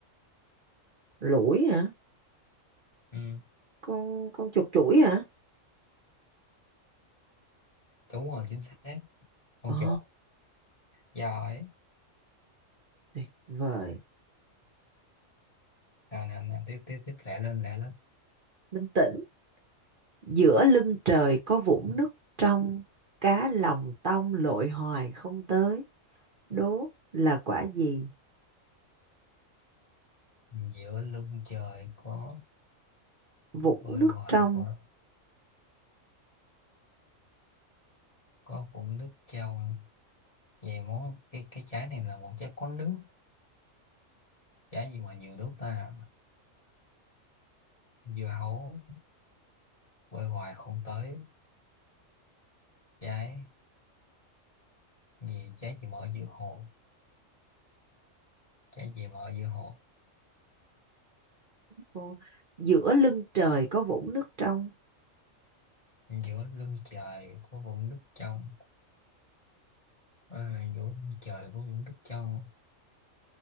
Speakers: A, on the right; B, on the left.
A: lủi hả
B: ừ
A: con con chuột chuỗi hả
B: đúng rồi chính xác con
A: ồ
B: chuột giỏi
A: tuyệt vời
B: nào nào nào tiếp tiếp tiếp lẹ lên lẹ lên
A: bình tĩnh Giữa lưng trời có vũng nước trong, cá lòng tông lội hoài không tới. Đố là quả gì?
B: giữa lưng trời có
A: Vũng
B: bơi
A: nước
B: hoài
A: trong.
B: không có vũng nước trong Vậy món cái cái trái này là một trái có nước trái gì mà nhiều nước ta dưa hấu bơi hoài không tới trái gì trái gì mà ở giữa hồ trái gì mà ở giữa hồ
A: Ồ, giữa lưng trời có vũng nước trong,
B: giữa lưng trời có vũng nước trong à, giữa lưng trời có vũng nước trong